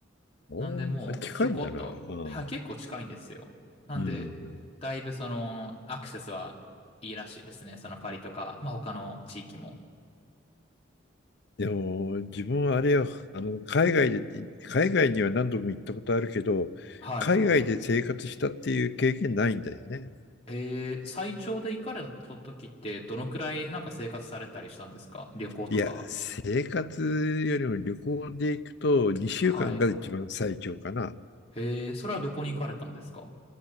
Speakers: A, on the left; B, on the left.
A: おー近いんだな。
B: なんでもう、ひょこっと、
A: うん。
B: はい、結構近いんですよ。なんで、
A: うん
B: だいぶその、アクセスはいいらしいですね。そのパリとか、まあ他の地域も。
A: でも、自分はあれよ、あの、海外で、海外には何度も行ったことあるけど、
B: はい。
A: 海外で生活したっていう経験ないんだよね。
B: えー、最長で行かれた時って、どのくらいなんか生活されたりしたんですか旅行とか。
A: いや、生活よりも旅行で行くと2週間が一番最長かな。
B: はい。えー、それはどこに行かれたんですか